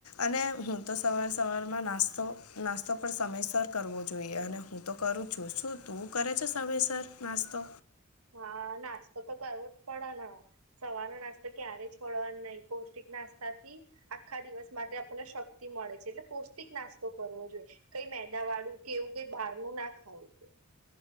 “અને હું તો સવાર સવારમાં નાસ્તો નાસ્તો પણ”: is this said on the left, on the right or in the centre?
Left